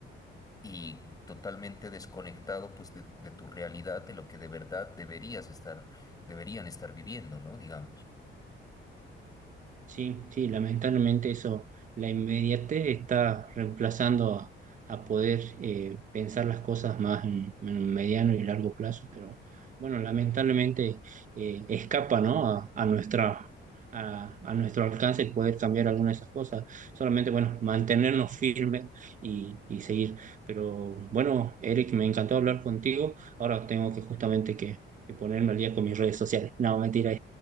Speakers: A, on the left (about 15°); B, on the right (about 40°).
A: y totalmente desconectado pues de, de tu realidad, de lo que de verdad deberías estar, deberían estar viviendo, ¿no? Digamos.
B: Sí, sí, lamentablemente eso, la inmediatez está reemplazando a, a poder eh, pensar las cosas más en, en un mediano y largo plazo, pero bueno, lamentablemente eh, escapa, ¿no? a, a nuestra, a, a nuestro alcance el poder cambiar alguna de esas cosas, solamente, bueno, mantenernos firmes y, y seguir. Pero bueno, Eric, me encantó hablar contigo, ahora tengo que justamente que, que ponerme al día con mis redes sociales. No, mentira,